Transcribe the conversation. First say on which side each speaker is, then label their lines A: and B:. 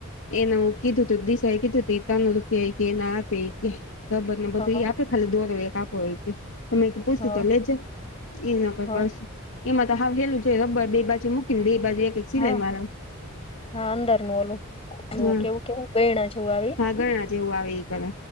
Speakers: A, on the left; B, on the left.
A: એનેું કીધું તું દિશા એ કીધું તું ત્રણ રૂપિયા કે એના આપે કે ખબર ને બધું
B: હા
A: આપ આપ ખાલી દો એક આપો હોયથી પૂછ્યું
B: હા
A: તો લેજ એ ના કોઈ
B: હા
A: કરશ એમાં તો હાવેલું જોઈ રબર બે બાજુ મૂકી ને બે બાજુ એક સિલાઈ
B: હા
A: મારમ
B: હા અંદરનું ઓલુંું
A: હા
B: કેવું કેવું ગણા જેવું આવીને
A: ઘાગરણા જેવું આવે એ કરે